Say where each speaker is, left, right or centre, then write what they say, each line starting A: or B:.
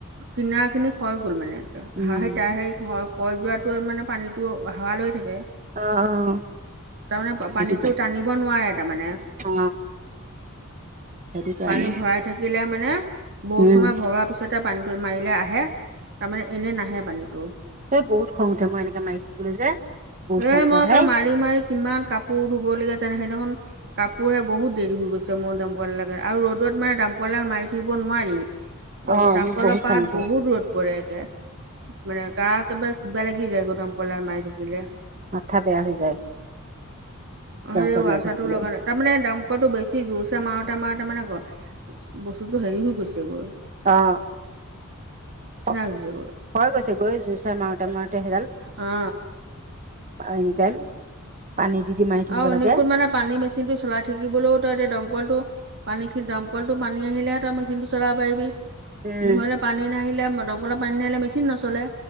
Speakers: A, on the right; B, on the right.
A: কিনা খিনি খয় গ'ল মানে
B: উম
A: হাঁহি হেইহাঁ থৰ খয় যোৱাটো মানে পানীটো হাৱাল লৈ থাকে
B: অ অ
A: তাৰমানে
B: সেইটোকে
A: পানীটো টানিব নোৱাৰে তাৰমানে
B: অ সেইটো কাৰণে
A: পানী ভৰাই থাকিলে মানে বহুত
B: উম
A: সময় ভৰোৱাৰ পিছতে পানীটো মাৰিলে আহে তাৰমানে এনে নাহে পানীটো
B: ত বহুত খং উঠে মই এনেকে মাৰি থাকিবলে যে বহুত
A: এ
B: খং উঠে
A: মই
B: ভাই
A: মাৰি মাৰি কিমান কাপোৰ ধুব লগীয়া সেইদিনাখন কাপোৰহে বহুত দেৰি হৈ গৈছে মোৰ দামকলৰ কাৰনে আৰু ৰ'দত মানে দামকলডাল মাৰি থাকিব নোৱাৰি
B: অ
A: দামকলৰ
B: মোক বহুত
A: পাৰত
B: খং উঠে
A: বহুত ৰদ পৰে একে মানে গা একেবাৰে কিবা লাগি যায় দমকলডাল মাৰি থাকিলে
B: মাথা বেয়া হৈ যায়
A: অ
B: দমকল
A: এই ৱাছাৰ
B: মাৰি থাকিবলৈ
A: টো লগালে তাৰমানে দমকলটো বেছি জোৰছে মাৰোতে মাৰোতে মানে বস্তুটো হেৰি হৈ গৈছে গৈ
B: অ খয়
A: হৈছেগৈ
B: গৈছে গৈ জোৰ চাই মাৰোতে মাৰোতে সেইডাল
A: অ
B: এনি টাইম পানী দি দি মাৰি থাকিব
A: আৰু
B: লাগে
A: এনেকু মানে পানী মেচিন টো চলাই থাকিবলৈও তই এতিয়া দমকলটো পানীখিনি দমকলটো পানী আহিলেহঁ তই মেচিনটো চলাব পাৰিবি
B: উম
A: নহলে পানী নাহিলে দমকলৰ পানী নাহিলে মেচিন নচলে